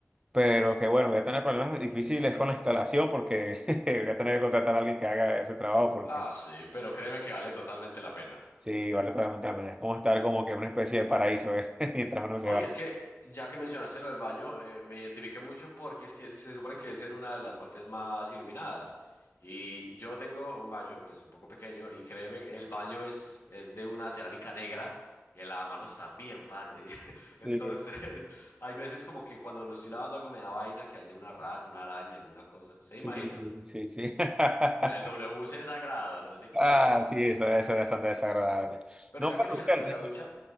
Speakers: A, on the right; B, on the left.
A: pero que bueno, voy a tener problemas difíciles con la instalación porque <laughs> voy a tener que contratar a alguien que haga ese trabajo
B: Ah, sí, pero créeme que vale totalmente la pena.
A: Sí, vale totalmente la pena. Es como estar como que en una especie de paraíso, ¿eh? <laughs> Mientras uno se
B: No,
A: va.
B: y es que ya que mencionaste lo del baño, eh, me identifiqué mucho porque es que se supone que debe ser una de las partes más iluminadas. Y yo tengo un baño, pues un poco pequeño, y créeme, el baño es, es de una cerámica negra y el lavamanos también, parte. <laughs> Entonces,
A: Sí,
B: hay veces como que cuando lo estoy lavando algo me da vaina que haya una rata, una araña, alguna cosa. ¿Se
A: sí,
B: imagina?
A: sí, sí. <laughs>
B: El WC es sagrado, no sé qué
A: Ah,
B: conservar.
A: sí, eso, eso es bastante desagradable.
B: Pero
A: No,
B: ya
A: pero
B: que mencionas
A: Fer,
B: lo de la
A: tengo-
B: ducha,